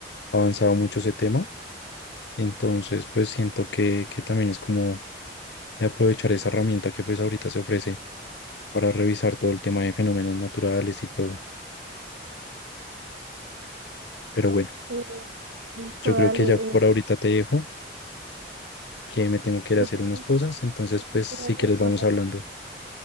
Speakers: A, on the left; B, on the right.
A: ha avanzado mucho ese tema, entonces pues siento que, que también es como de aprovechar esa herramienta que pues ahorita se ofrece para revisar todo el tema de fenómenos naturales y todo. Pero bueno,
B: Eh, listo,
A: yo creo
B: dale.
A: que ya
B: eh,
A: por ahorita te dejo, que me tengo que ir
B: yo
A: a hacer
B: tengo
A: unas cosas, entonces pues si
B: que ir a
A: quieres
B: llamar
A: vamos hablando.